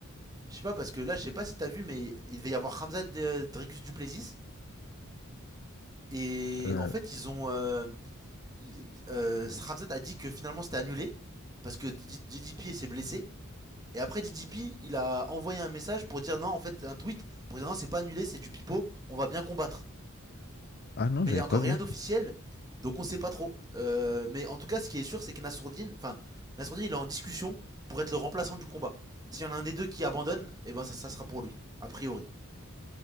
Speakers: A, on the right; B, on the left.
A: Je sais pas, parce que là, je sais pas si t'as vu, mais il devait y avoir Ramzat euh, Dricus Duplessis. Et
B: Euh,
A: en fait, ils ont. Euh, il- euh, Ramzat a dit que finalement c'était annulé. Parce que D- DDP s'est blessé. Et après DDP, il a envoyé un message pour dire non, en fait, un tweet. Pour dire non, c'est pas annulé, c'est du pipeau. On va bien combattre.
B: ah non,
A: mais
B: j'avais
A: il y a encore
B: pas vu.
A: rien d'officiel, donc on sait pas trop. Euh, mais en tout cas, ce qui est sûr, c'est que Nassourdine, enfin, Nassourdine, il est en discussion pour être le remplaçant du combat. S'il y en a un des deux qui abandonne, et eh ben ça, ça sera pour lui, a priori.